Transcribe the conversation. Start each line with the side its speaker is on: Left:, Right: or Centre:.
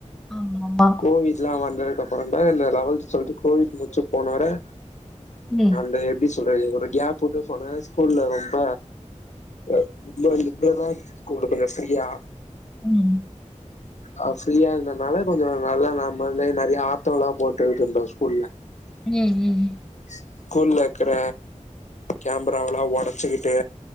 Centre: ஆமாம்மா
Left: கோவித்லா வந்ததுக்கு அப்புறோ தா இந்த லெவல்த் டுவெலத் கோவிட் முடிச்சு போனரே
Centre: ம்
Left: த எப்டி சொல்றது ஒரு கேப் விட்டு போன ஸ்கூல்ல ரொம்ப <unintelligible> லிப்ரல இருந்துச்சு ஸ்கூலு கொஞ்சோ ஃப்ரீயா
Centre: ம்
Left: அ ஃப்ரீயா இருந்தனால கொஞ்சோ நல்லா நம்மளே நெறய ஆட்டோலா போட்டுட்டு இருந்தோ ஸ்கூல்ல
Centre: ம் ம் ம்
Left: ஸ்கூல்ல இருக்கற கேமராவலா ஒடச்சுக்கிட்டு